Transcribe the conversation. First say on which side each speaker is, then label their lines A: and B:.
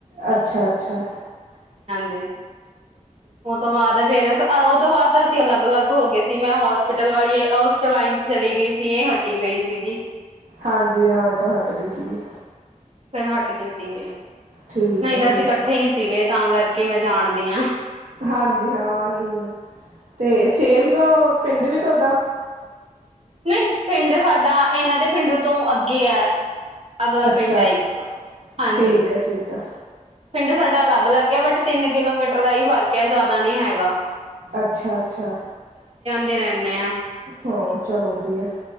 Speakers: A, on the right; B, on the right.
A: ਅੱਛਾ-ਅੱਛਾ!
B: ਤੇ- ਉਹ ਤੋਂ ਬਾਅਦ ਫੇਰ ਸ ਉਹ ਤੋਂ ਬਾਅਦ ਤਾਂ ਅਸੀਂ ਅਲੱਗ-ਅਲੱਗ ਹੋ ਗਏ ਸੀ। ਮੈਂ ਹੋਸਪਿਟਲ ਵਾਲੀ ਏ ਹੋਸਟਲ ਲਾਈਨ ਚ ਚਲੀ ਗਈ ਸੀ ਏ ਹਟੀ ਗਈ ਸੀਗੀ।
A: ਹਾਂਜੀ ਹਾਂ -ਇਹ ਤਾਂ ਹਟਗੀ ਸੀਗੀ।
B: ਫੇਰ ਹਟ ਗਏ ਸੀ ਇਹ।
A: ਠੀਕ
B: ਨਹੀਂ
A: ਹੈ
B: ਤਾਂ
A: ਠੀਕ
B: ਅਸੀਂ ਇਕੱਠੇ
A: ਹੈ
B: ਈ ਸੀਗੇ ਤਾਂ ਕਰਕੇ- ਕਿ ਮੈਂ ਜਾਣਦੀ ਆਂ।
A: ਹਾਂਜੀ ਹਾਂ -ਤੇ ਸੇਮ ਅ ਪਿੰਡ ਵੀ ਤੁਆਡਾ।
B: ਨਹੀਂ ਪਿੰਡ ਸਾਡਾ ਇਨਾਂ ਦੇ ਪਿੰਡ ਤੋਂ ਅੱਗੇ ਐ। ਅਗਲਾ
A: ਅੱਛਾ
B: ਪਿੰਡ ਐ
A: ਅੱਛਾ
B: ਇੱਕ ।ਹਾਂਜੀ।
A: ਠੀਕ ਹੈ ਠੀਕ ਹੈ
B: ਪਿੰਡ ਸਾਡਾ ਅਲੱਗ ਅਲੱਗ ਆ। ਬਟ ਤਿੰਨ ਕਿਲੋਮੀਟਰ ਦਾ ਈ ਫ਼ਰਕ ਐ। ਜ਼ਿਆਦਾ ਨੀ ਹੈਗਾ।
A: ਅੱਛਾ-ਅੱਛਾ!
B: ਤੇ ਰੇਣੇ ਆਂ।
A: ਹਾਂ ਚਲੋ ਵਧੀਆ।